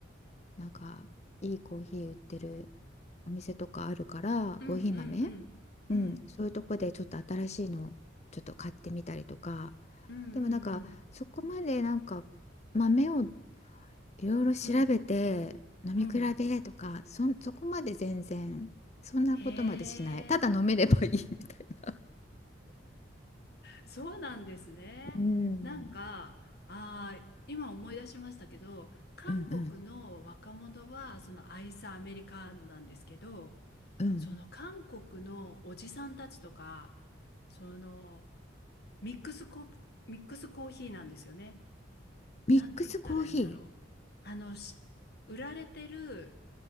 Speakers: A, on the left; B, on the left.
A: ー、なんかいいコーヒー売ってるお店とかあるからコーヒー豆、
B: うんうんうん。
A: うん、
B: うん
A: そういうとこでちょっと新しいのちょっと買ってみたりとか
B: うんうん
A: でもなんかそこまでなんか豆をいろいろ調べて飲み比べとかそん、
B: うんうんうん
A: そこまで全然そんなことまでしないただ飲めればいいみたいな。
B: へえ。そうなんですね。
A: うん、
B: なんか、あー、今思い出しましたけど、韓国の若者は、
A: うんうん
B: そのアイスアメリカーノなんですけど、
A: うん
B: その韓国のおじさんたちとか、そのミックスコ、ミックスコーヒーなんですよね。
A: ミックスコーヒ
B: なんて言ったらいいんだろう。あの、し売られてる、